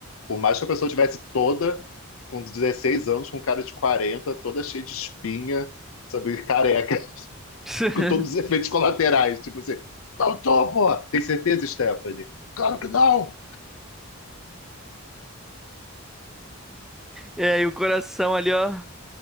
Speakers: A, on the left; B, in the centre.
A: Por mais que a pessoa tivesse toda com 16 anos, com cara de 40, toda cheia de espinha, sabe, careca,
B: <laughs>
A: <laughs> com todos os efeitos colaterais. Tipo assim, não tô, pô! Tem certeza, Stephanie? Claro que não!
B: É, e o coração ali, ó,